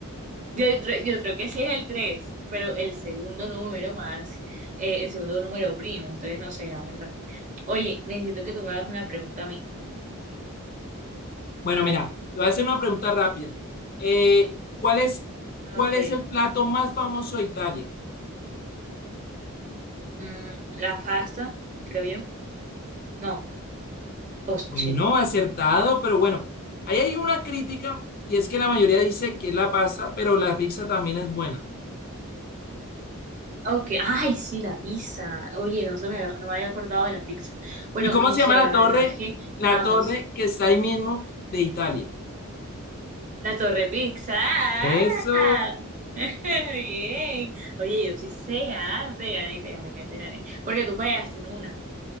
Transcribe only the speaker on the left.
Bueno,
mira,
te voy a hacer una pregunta rápida. Eh, ¿cuál es,
cuál es el plato más famoso de Italia?
Bueno, acertado, pero bueno, ahí hay una crítica y es que la mayoría dice que es la pasta, pero la pizza también es buena.
¿Y cómo
se
llama la
torre?
La
torre que está ahí mismo de Italia.
Eso.